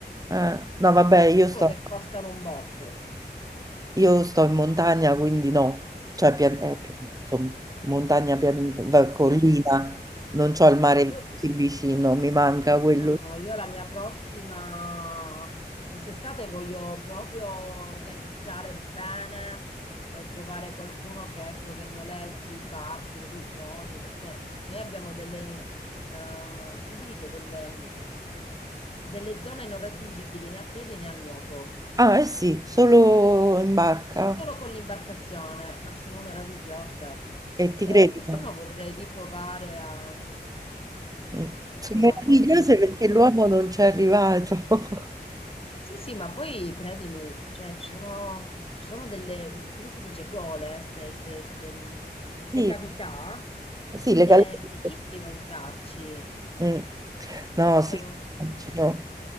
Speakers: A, on the right (about 20°); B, on the left (about 30°).
A: eh, no, vabbè, io
B: Solo
A: sto,
B: che costano un botto.
A: io sto in montagna, quindi no. Cioè, pian- eh, pi- insomma, montagna, pian- va- collina,
B: <clears throat>
A: non c'ho il mare
B: No, io
A: così vicino, mi manca quello.
B: No, no, io la mia prossima, quest'estate voglio proprio organizzare bene e trovare qualcuno che, ecco, che noleggi barche, gommoni, perché noi abbiamo delle, eh, come si dice, delle, delle zone non raggiungibili né a piedi né a nuoto,
A: Ah, eh sì, solo in barca.
B: solo con l'imbarcazione, ma sono meravigliose.
A: E ti
B: Eh,
A: credo.
B: quest'anno vorrei riprovare a,
A: Mm.
B: a
A: Sono
B: trovare
A: meravigliose
B: qualcuno che mi
A: perché
B: ci porti.
A: l'uomo non ci è arrivato. <laughs>
B: Sì, sì, ma poi credimi, cioè, ci sono, ci sono delle, come si dice, gole, ste, ste- ste- mh, ste
A: Sì,
B: cavità,
A: sì, le
B: che
A: <laughs> gallette.
B: è fighissimo entrarci,
A: Mm. No,
B: perché
A: sì,
B: non,
A: immagino.